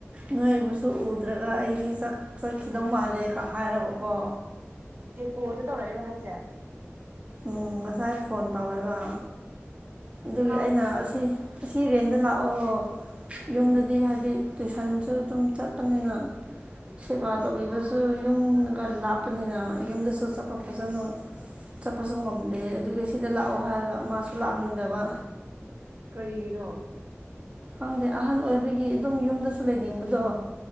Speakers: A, on the right; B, on the right.
A: ꯅꯣꯏꯕꯁꯨ ꯎꯗ꯭ꯔꯒ ꯑꯩꯗꯤ ꯆꯠꯈꯤꯗꯧ ꯃꯥꯜꯂꯦꯒ ꯍꯥꯏꯔꯒꯀꯣ
B: ꯀꯩ ꯀꯣꯜꯗ ꯇꯧꯔꯛꯏꯔꯣ ꯍꯥꯏꯁꯦ
A: ꯎꯝ ꯉꯁꯥꯏ ꯐꯣꯟ ꯇꯧꯋꯦꯕ ꯑꯗꯨꯒꯤ
B: ꯃꯥ
A: ꯑꯩꯅ ꯑꯁꯤ ꯑꯁꯤ ꯔꯦꯟꯗ ꯂꯥꯛꯑꯣ ꯌꯨꯝꯗꯗꯤ
B: ꯎꯝ
A: ꯍꯥꯏꯗꯤ ꯇꯨꯏꯁꯟꯁꯨ ꯑꯗꯨꯝ ꯆꯠꯄꯅꯤꯅ ꯁꯦꯕꯥ
B: ꯎꯝ
A: ꯇꯧꯕꯤꯕꯁꯨ ꯌꯨꯝ ꯑꯗꯨꯒ ꯂꯥꯞꯄꯅꯤꯅ ꯌꯨꯝꯗꯁꯨ ꯆꯠꯄ ꯐꯖꯅ ꯀꯄꯁꯨ ꯉꯝꯗꯦ ꯑꯗꯨꯒꯤ ꯁꯤꯗ ꯂꯥꯛꯑꯣ ꯍꯥꯏꯔꯒ ꯃꯥꯁꯨ ꯂꯥꯛꯅꯤꯡꯗꯕ
B: ꯀꯔꯤꯒꯤꯅꯣ
A: ꯈꯪꯗꯦ ꯑꯍꯟ ꯑꯣꯏꯕꯒꯤ ꯑꯗꯨꯝ ꯌꯨꯝꯗꯁꯨ ꯂꯩꯅꯤꯡꯕꯗꯣ